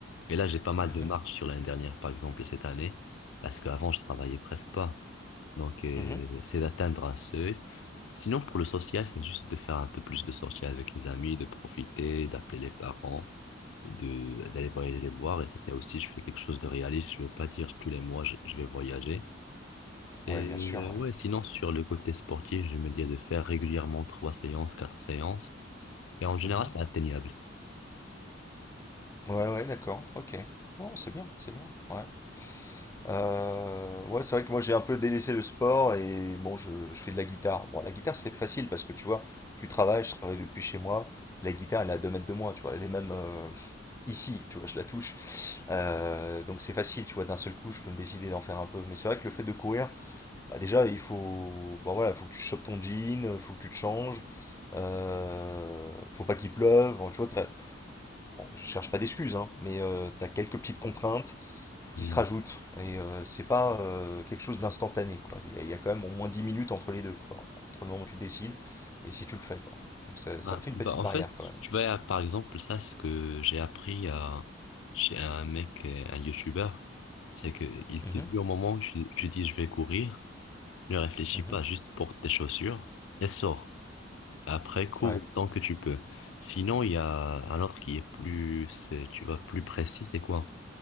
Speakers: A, on the left; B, on the left.
A: Et là, j'ai pas mal
B: Mhm,
A: de marge sur l'année dernière, par exemple, et cette année, parce qu'avant, je travaillais presque pas. Donc, euh,
B: mhm.
A: c'est d'atteindre un seuil. Sinon, pour le social, c'est juste de faire un peu plus de sorties avec les amis, de profiter, d'appeler les parents, de, d'aller voyager les voir. Et ça, c'est aussi, je fais quelque chose de réaliste. Je vais pas dire tous les mois, je, je vais voyager. Et
B: Ouais, bien sûr,
A: euh,
B: ouais.
A: ouais, sinon, sur le côté sportif, je me dis de faire régulièrement trois séances, quatre séances. Et en général,
B: Mhm.
A: c'est atteignable.
B: Ouais, ouais, d'accord, ok. Oh, c'est bien, c'est bien, ouais. Euh, ouais, c'est vrai que moi j'ai un peu délaissé le sport et bon, je, je fais de la guitare. Bon, la guitare c'est facile parce que tu vois, tu travailles, je travaille depuis chez moi. La guitare elle est à 2 mètres de moi, tu vois, elle est même euh, ici, tu vois, je la touche. Euh, donc c'est facile, tu vois, d'un seul coup je peux me décider d'en faire un peu. Mais c'est vrai que le fait de courir, bah, déjà il faut, bah, voilà, faut que tu chopes ton jean, faut que tu te changes, euh, faut pas qu'il pleuve. Bon, tu vois, t'as- bon, je cherche pas d'excuses, hein, mais tu as quelques petites contraintes qui
A: Hmm.
B: se rajoutent. Et euh, c'est pas euh, quelque chose d'instantané, quoi. Il y, a- il y a quand même au moins 10 minutes entre les deux, quoi. Entre le moment où tu décides et si tu le fais, quoi. Donc ça, ça
A: Ah,
B: me fait une
A: bah
B: petite
A: en
B: barrière
A: fait,
B: quand même.
A: tu vois, par exemple, ça, ce que j'ai appris à, chez un mec, euh, un youtubeur, c'est que il
B: Mhm,
A: te dit au moment où tu, tu dis je vais courir, ne réfléchis
B: mhm.
A: pas, juste porte tes chaussures et sors. Après, cours
B: Ouais,
A: tant que tu peux. Sinon, il y a un autre qui est plus, c'est- tu vois, plus précis, c'est quoi?